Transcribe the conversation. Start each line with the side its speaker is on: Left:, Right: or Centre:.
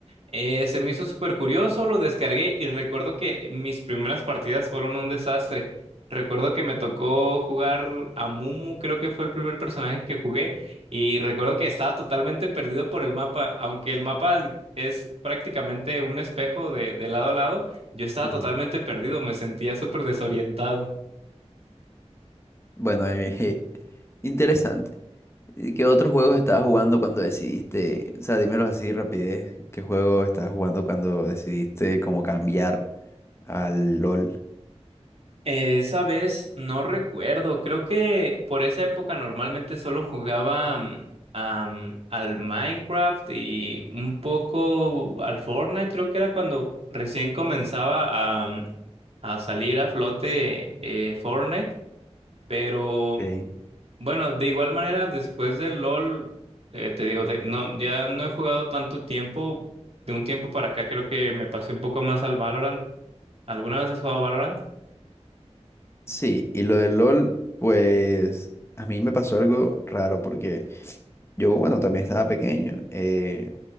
Right: eh, se me hizo súper curioso, lo descargué y recuerdo que mis primeras partidas fueron un desastre. Recuerdo que me tocó jugar a Mumu, creo que fue el primer personaje que jugué, y recuerdo que estaba totalmente perdido por el mapa, aunque el mapa es prácticamente un espejo de, de lado a lado, yo estaba
Left: Ujú.
Right: totalmente perdido, me sentía súper desorientado.
Left: Bueno, eh, <laughs> interesante. ¿Y qué otros juegos estabas jugando cuando decidiste? O sea, dímelo así de rapidez. ¿Qué juego estabas jugando cuando decidiste como cambiar al LOL?
Right: Esa vez no recuerdo, creo que por esa época normalmente solo jugaba mm, am, al Minecraft y un poco al Fortnite, creo que era cuando recién comenzaba a, mm, a salir a flote eh, Fortnite, pero
Left: Ok.
Right: bueno, de igual manera después del LOL, eh, te digo, de- no, ya no he jugado tanto tiempo, de un tiempo para acá creo que me pasé un poco más al Valorant. ¿Alguna vez has jugado Valorant?
Left: Sí, y lo del LOL, pues a mí me pasó algo raro porque yo, bueno, también estaba pequeño eh,